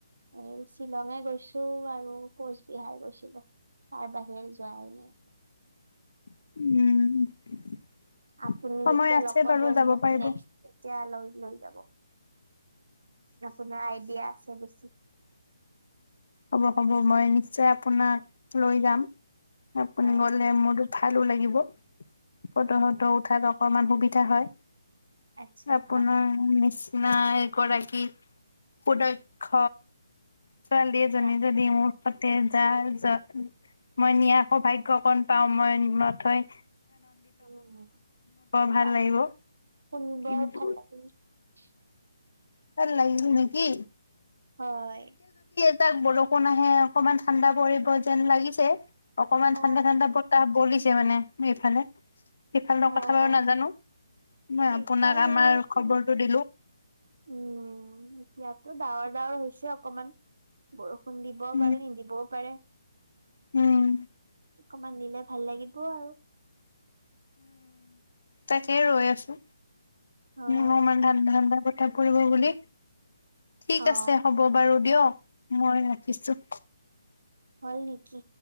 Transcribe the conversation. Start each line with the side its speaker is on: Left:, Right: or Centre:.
Right: এই শ্বিলঙে গৈছোঁ আৰু কোচবিহাৰ গৈছিলোঁ। তাৰ বাহিৰে যোৱাই নাই।
Left: উম।
Right: আপুনি
Left: সময়
Right: যেতিয়া
Left: আছে
Right: লগ পাব
Left: বাৰু যাব
Right: মোক
Left: পাৰিব
Right: নেক্সট, তেতিয়া লৈ- লৈ যাব। আপোনাৰ আইডিয়া আছে বেছি।
Left: হ'ব হ'ব, মই নিশ্চয় আপোনাক লৈ যাম। আপুনি
Right: হয়
Left: গ'লে মোৰো- ভালো লাগিব। ফটো-সটো
Right: হয় হয়
Left: উঠাত অকমান সুবি- তা হয়।
Right: আচ্ছা
Left: আপনাৰ
Right: হা
Left: নিচ- নাই কৰা কি সুদক্ষ ছোৱালী এজনী
Right: বাপৰে
Left: যদি মোৰ তাতে- যাৰ যত, মই নি আকৌ ভাগ্য অকন পাওঁ মই নথৈ-
Right: উম
Left: ভাল
Right: বাহ
Left: লাগিব
Right: বাহ, শুনি
Left: কিন্তু
Right: বৰ ভাল লাগিল। <unintelligible>
Left: ভাল লাগিছে নিকি?
Right: হয়।
Left: তাত বৰষুণ আহে অকনমান ঠাণ্ডা পৰিব যেন লাগিছে। অকনমান
Right: অ',
Left: ঠাণ্ডা ঠাণ্ডা বতাহ বলিছ- ছে মানে এইফালে। সিফালৰ
Right: অ',
Left: কথা বাৰু নাজানো মই
Right: ইফালেও
Left: আপোনাক আমাৰ
Right: অকণ
Left: খবৰটো দিলোঁ
Right: উম ইয়াতো ডাৱৰ ডাৱৰ হৈছে অকমান বৰষুণ খুন্দিবও
Left: উম
Right: পাৰে নিদিবও পাৰে
Left: উম
Right: অকমান দিলে ভাল লাগি অ'
Left: তাতে ৰৈ আছো
Right: হয়।
Left: উম ম কৰিব বুলি ঠিক
Right: অ
Left: আছে হ'ব বাৰু দিয়ক মই ৰাখিছো
Right: হল নেকি